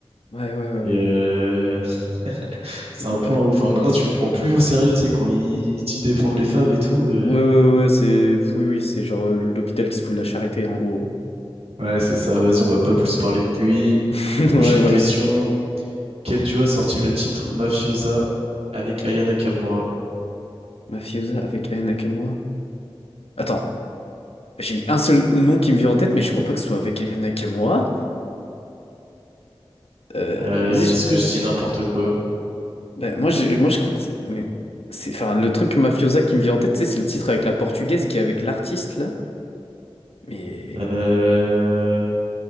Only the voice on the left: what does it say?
ouais, ouais, ouais, ouais,
ouais,
ouais,
ouais, ouais, ouais, ouais, c'est, oui, oui, c'est genre euh, l'hôpital qui se fout de la charité, en gros.
<laughs>
Ouais, voilà.
Mafiosa avec Aya Nakamura. Attends, j'ai un seul nom qui me vient en tête, mais je crois pas que ce soit avec Aya Nakamura. Euh,
vas-y, je-
bah, moi, je, moi, je crois que, c'est- mais c'est, enfin, le truc Mafiosa qui me vient en tête, tu sais, c'est le titre avec la portugaise qui est avec l'artiste là. Mais